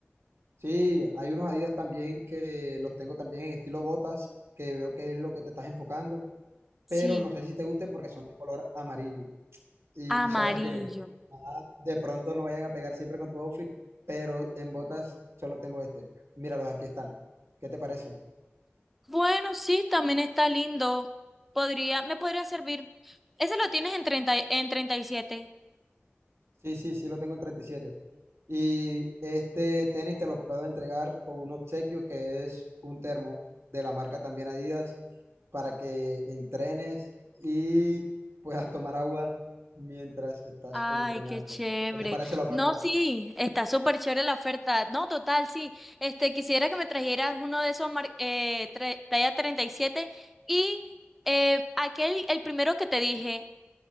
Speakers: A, on the right; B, in the centre.
A: Sí, hay unos Adidas también que los tengo también en estilo botas, que veo que es lo que te estás enfocando.
B: Sí,
A: pero no sé si te gusten porque son de color amarillo. Y
B: amarillo.
A: tú sabes que ajá, de pronto no vayan a pegar siempre con tu outfit, pero en botas solo tengo este. Míralos, aquí están. ¿Qué te parecen?
B: Bueno, sí, también está lindo. Podría, me podría servir. Ese lo tienes en treinta y- en 37.
A: Sí, sí, sí, lo tengo en 37. Y siete. Y este tenis te lo puedo entregar con un obsequio que es un termo de la marca también Adidas para que entrenes y puedas tomar agua mientras estás
B: Ay,
A: entrenando.
B: qué chévere.
A: ¿Qué te parece la oferta?
B: No, sí, está súper chévere la oferta. No, total, sí. Este, quisiera que me trajeras uno de esos mar- eh, tre- talla 37 y eh, aquel, el primero que te dije.